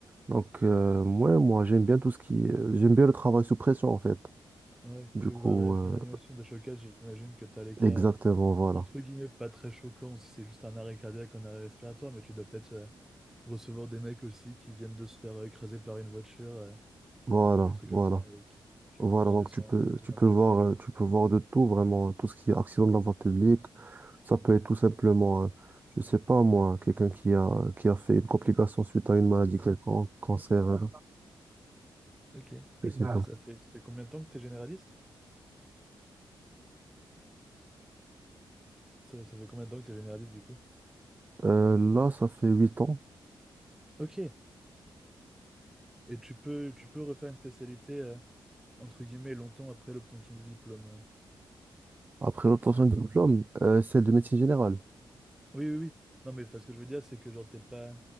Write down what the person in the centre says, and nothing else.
Ouais,
puis
bah, ré-
réanimation des chocages, j'imagine que t'as les cas,
entre guillemets, pas très choquants si c'est juste un arrêt cardiaque, un arrêt respiratoire, mais tu dois peut-être euh, recevoir des mecs aussi qui viennent de se faire euh, écraser par une voiture. euh,
les trucs
comme ça, et qui, qui
ont besoin
des soins,
besoin
des
chocages
ou quoi.
Ok. Et
ça fait, ça fait combien de temps que t'es généraliste? Ça, ça fait combien de temps que t'es généraliste du coup?
Ok. Et tu peux, tu peux refaire une spécialité, euh, entre guillemets, longtemps après l'obtention du diplôme. euh.
Oui, oui, oui. Non, mais enfin, ce que je veux dire, c'est que genre, t'es pas...